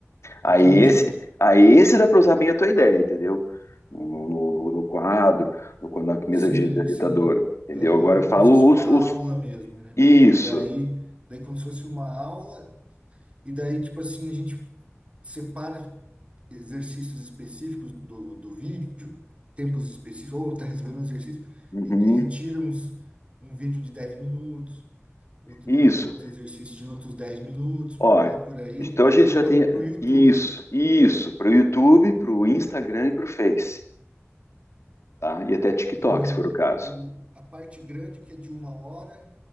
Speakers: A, on the right; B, on the left.
A: entendi.
B: Aí esse, aí esse dá para usar bem a tua ideia, entendeu? No, no, no- no quadro, no, na mesa
A: Sim,
B: digitalizadora,
A: sim.
B: entendeu?
A: Aham,
B: Agora eu falo
A: como se fosse uma
B: os, os...
A: aula mesmo, né?
B: Isso,
A: Daí. Daí, como se fosse uma aula, E daí, tipo assim, a gente separa exercícios específicos do, do vídeo, tempos específicos, ou tá resolvendo um exercício,
B: uhum,
A: e de- retira uns, um vídeo de 10 minutos, outro
B: isso.
A: vídeo de um outro exercício de outros 10 minutos,
B: Ó,
A: né, por aí,
B: então a gente
A: que é
B: já
A: para
B: tem
A: o YouTube.
B: isso, isso, para o YouTube, para o Instagram e para o Face, tá? E até TikTok,
A: E
B: se for o caso.
A: o, a parte grande, que é de uma hora,